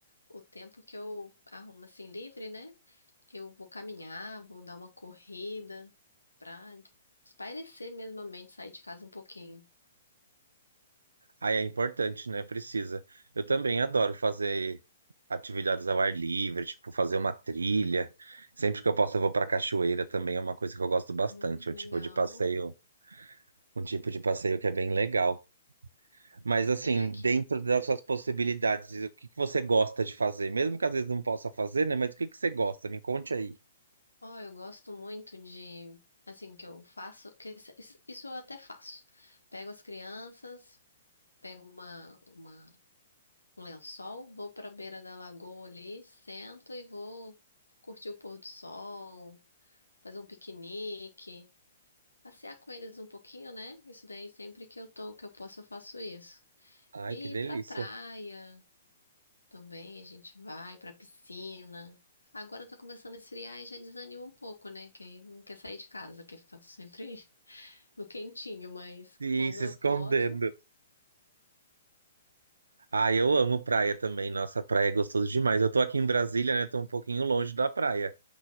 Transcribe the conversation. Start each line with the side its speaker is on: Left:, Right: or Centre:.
Left: o tempo que eu arrumo assim livre, né? Eu vou caminhar, vou dar uma corrida pra espairecer mesmo a mente, sair de casa um pouquinho.
Right: Ai, é importante, né? Precisa. Eu também adoro fazer atividades ao ar livre, tipo fazer uma trilha. Sempre que eu posso, eu vou pra cachoeira também, é uma coisa que eu gosto bastante,
Left: Hum,
Right: é um
Left: legal.
Right: tipo de passeio, um tipo de passeio que é bem legal. Mas assim,
Left: É aqui.
Right: dentro das suas possibilidades, o que que você gosta de fazer? Mesmo que às vezes não possa fazer, né? Mas o que que você gosta? Me conte aí.
Left: Ó, eu gosto muito de, assim, que eu faço, que isso isso eu até faço. Pego as crianças. Pego uma, uma, um lençol, vou para a beira da lagoa ali, sento e vou curtir o pôr do sol, fazer um piquenique, passear com eles um pouquinho, né? Isso daí sempre que eu tô, que eu posso, eu faço isso.
Right: Ai,
Left: E
Right: que delícia.
Left: ir pra praia também, a gente vai pra piscina. Agora tá começando a esfriar e já desanima um pouco, né? Que aí não quer sair de casa, quer ficar sempre <laughs> no quentinho, mas
Right: Ih,
Left: quando
Right: se
Left: eu
Right: escondendo.
Left: posso,
Right: ah eu amo praia também. Nossa, praia é gostoso demais. Eu tô aqui em Brasília, né? Tô um pouquinho longe da praia,